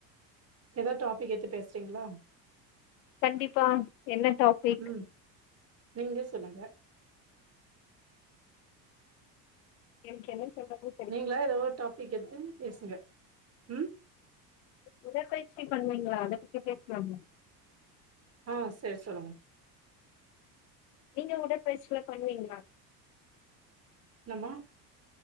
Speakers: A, on the right; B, on the left.
A: எதாவுது டாபிக் எடுத்து பேசுறீங்ளா
B: கண்டிப்பா என்ன டாபிக்
A: ம் நீங்க சொல்லுங்க
B: எனக்கு என்ன சொல்றது
A: நீங்களா எதோ ஒரு டாபிக் எடுத்து பேசுங்க ம்
B: உடற்பயிற்சி பண்ணுவீங்ளா அத பத்தி பேசலாமா
A: ஓ சரி சொல்லுங்க
B: நீங்க உடற்பயிற்சி பண்ணுவீங்களா
A: என்னம்மா